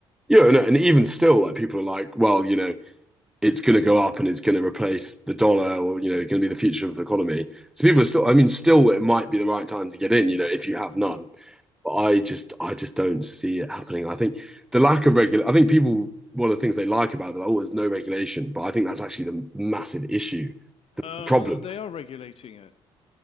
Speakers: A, in the centre; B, on the left (about 50°).
A: Yeah, no, and even still, like people are like, well, you know, it's going to go up and it's going to replace the dollar, or you know, it's going to be the future of the economy. So people are still, I mean, still, it might be the right time to get in, you know, if you have
B: Hmm.
A: none. But I just, I just don't see it happening. I think the lack of regular, I think people, one of the things they like about that, oh, there's no regulation, but I think that's actually the massive issue,
B: Uh,
A: the problem.
B: they are regulating it.